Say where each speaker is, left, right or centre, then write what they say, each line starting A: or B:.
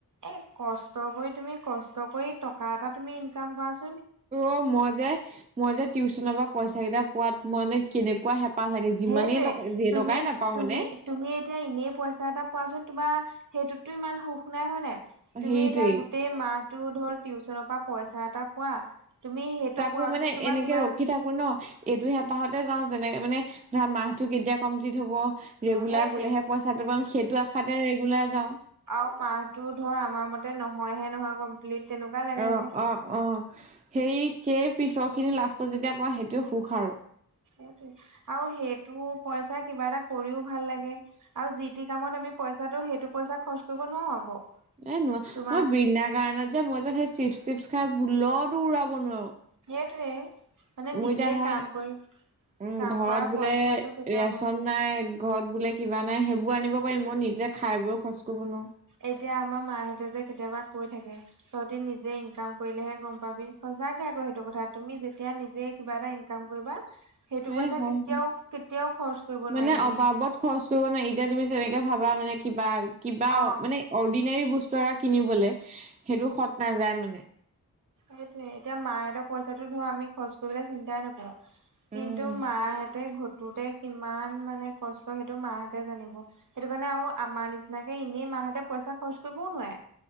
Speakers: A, on the right; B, on the right.
A: এ কষ্ট কৰি তুমি কষ্ট কৰি টকা এটা তুমি ইনকাম কৰা
B: অ মই যে, মই যে টিউচনৰ পৰা পইচাগিটা পোৱাত মানে কেনেকুৱা হেপ পাঁহ লাগে যিমানেই
A: সেইটোৱে
B: টকা যে
A: তুমি
B: টকাই নাপাওঁ
A: তুমি
B: মানে?
A: তুমি এতিয়া এনেই পইচা এটা পোৱাচোন তোমাৰ সেইটোতটো ইমান সুখ নাই হয় নাই? তুমি
B: সেইটোৱেই
A: এতিয়া গোটেই মাহটো ধৰ টিউচনৰ পৰা পইচা এটা পোৱা। তুমি সেইটো
B: তাকো
A: পোৱাৰ
B: মানে
A: পিছত তোমাৰ
B: এনেকে
A: কিবা
B: ৰখি থাকো ন এইটো হেঁপাহতে যাও যেনেকে মানে ধৰা মাহটো কেতিয়া কমপ্লিট হব। ৰেগুলাৰ
A: সেইটোৱে
B: গলেহে পইচাটো পাম সেইটো আশাতে ৰেগুলাৰ যাওঁ।
A: আও মাহটো ধৰ আমাৰ মতে নহয়হে নহয় কমপ্লিট তেনেকোৱা লাগে
B: অ
A: যে।
B: অ অ সেই সেই পিছৰখিনি লাষ্টত যেতিয়া পোৱা সেইটোৱে সুখ আৰু।
A: সেইটোৱে আৰু সেইটো পইচা কিবা এটা কৰিও ভাল লাগে আৰু যি তি কামত আমি পইচাটো সেইটো পইচা খৰচ কৰিব নোৱাৰো আকৌ
B: এ নোৱা
A: তোমাৰ
B: মই বিণা কাৰণত যে মই যে সেই চিপছ টিপছ খাই ভুলতো উৰাব নোৱাৰো।
A: সেইটোৱে। মানে
B: মোৰ
A: নিজে
B: এতিয়া ধৰা
A: কাম কৰি
B: উম
A: কাম
B: ঘৰত
A: কৰা
B: বোলে
A: পইচাটো কেতিয়াও
B: ৰেচন
A: নোৱাৰি
B: নাই ঘৰত বোলে কিবা নাই সেইবোৰ আনিব পাৰিম মই নিজে খাই বৈ খৰচ কৰিব নোৱাও।
A: এতিয়া আমাৰ মাহঁতে যে কেতিয়াবা কৈ থাকে। তহঁতি নিজে ইনকাম কৰিলেহে গম পাবি সঁচাকে আকৌ সেইটো কথা তুমি যেতিয়া নিজে কিবা এটা ইন কাম কৰিবা সেইটো
B: এ
A: পইচা
B: হয়
A: কেতিয়াও
B: হয়
A: কেতিয়াও খৰচ কৰিব
B: মানে
A: নোৱাৰি এনেই।
B: অবাবত খৰচ কৰিব নোৱাৰি এতিয়া তুমি তেনেকে ভাবা মানে কিবা কিবা
A: অ
B: মানে অৰ্ডিনেৰী বস্তু এটা কিনিবলে সেইটো সত নাযায় মানে।
A: সেইটোয়ে এতিয়া মাহঁতৰ পইচাতো ধৰ আমি খৰচ কৰিবলে চিন্তাই নকৰো।
B: উম
A: কিন্তু মাহেঁতে ঘটোতে কিমান মানে কষ্ট সেইটো মাহঁতে জানিব। সেইটো কাৰণে আৰু আমাৰ নিচিনাকে এনেই মাহঁতে পইচা খৰচ কৰিবও নোৱাৰে।